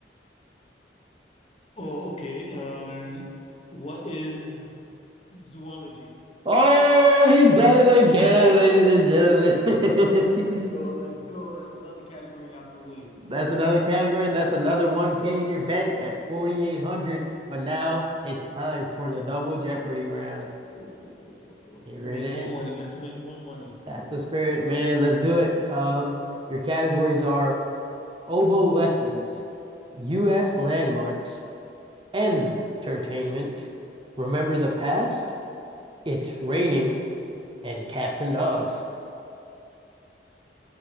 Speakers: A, on the left (about 35°); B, on the right (about 30°).
A: Oh, okay. Um, what is zoology?
B: Oh, he's done it again, ladies and gentlemen.
A: Let's
B: <laughs> He's,
A: go. Let's go. That's another category out the way. <laughs>
B: that's another category, and that's another 1K in your bank at 4,800. But now it's time for the double Jeopardy round.
A: Oh, oh, oh, oh, oh.
B: Here
A: Let's make
B: it is.
A: more money. Let's make more money.
B: That's the spirit, man. Let's do it. Um, your categories are oboe lessons, U.S. landmarks, entertainment. Remember the past? It's raining and cats and dogs.